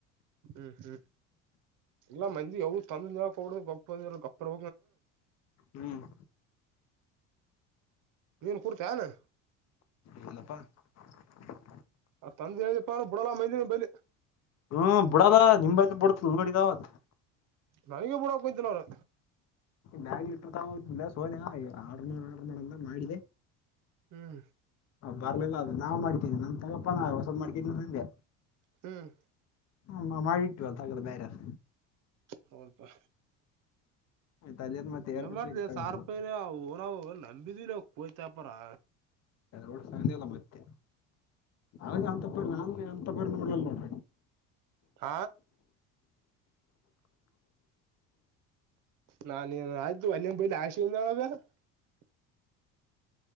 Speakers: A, on the right; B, on the left.
A: ಹುಂ ಹುಂ ಇಲ್ಲಾ ಮಂದಿ ಯಾವ ತಂದಬಡ ಗಪ್ಪರೆ ಗೊಪ್ಪರ್
B: ಹ್ಮ್
A: ನೀನ್ ಕುಂಡತಿ ಯಾನು
B: ನ್ನಪ್ಪ <unintelligible>
A: ಆ ತಂದೆ ಹೇಳಪ್ಪ ಬಿಡಲ್ಲ ಮೈ ದಿನ ಬಲಿ.
B: ಹ್ಮ ಬಿಡದ ನಿಂಬ ಎಲ್ಲಿ <unintelligible> ಬಿಡ್ತಂದಗಡಿದಾವತ್
A: ನನಗ ಬೂಡಕ್ತನ ಅವನು
B: ಗಾಳ್ಗಿಟ್ಟಿರ್ ತಾವ <unintelligible> ಆರ್ಡರ್ ಮಾಡ ಆರ್ಡರ್ ಮಾಡಂತ ಮಾಡಿದೆ
A: ಹುಂ
B: ಬರ್ಲಿಲ್ಲ ಅದು ನಾವ ಮಾಡ್ಕಿದೀ ನನ್ ತಗೋಪ್ಪಣ ಹೊಸದ್ ಮಾಡ್ಕಿದನಿ ನಂದೆ
A: ಹ್ಮ್
B: ಹ ಮಾಡಿ ಇಟ್ಟು ದಗದ ಬೇರೆ ಅದ
A: ಹೌದ ಪ್ಪಾ
B: ಆಯ್ತು ಅದೇನು ಮತ್ತೆ ಏರ್ಪಡ್ಸ್
A: ಏನ್ ಮಾಡ್ತ
B: ತಗೊಂಡಿಲ್ಲ
A: ಸಾವಿರ್ ರೂಪಾಯಿ ರಾವ ಊರಾ ನಂಬಿದ್ವಿಲ್ಲ ಅವ ಕೋಯ್ತ ಅಪಾರ
B: ೋಲ್ಲ ಮತ್ತೆ ಅ ಅಂತ ನಾನುಂತ ಬ ನೋಡ್ಲ ನೋಡ
A: ಹ ನಾನು ಆಯ್ತು ಅಲ್ಲಿ ಬ ಆಶು <unintelligible>